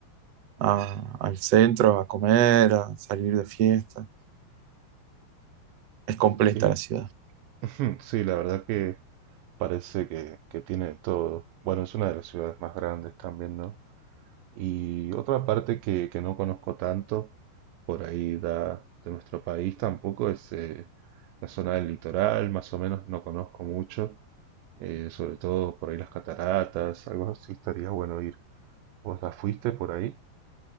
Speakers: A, on the right (about 55°); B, on the right (about 80°).
A: a- al centro a comer, a salir de fiesta. Es completa
B: Sí,
A: la ciudad.
B: <laughs> sí, la verdad que parece que, que tiene de todo. Bueno, es una de las ciudades más grandes también, ¿no? Y otra parte que, que no conozco tanto, por ahí da, de nuestro país tampoco, es eh, la zona del litoral, más o menos no conozco mucho, eh, sobre todo por ahí las cataratas, algo así estaría bueno ir. ¿Vos ya fuiste por ahí?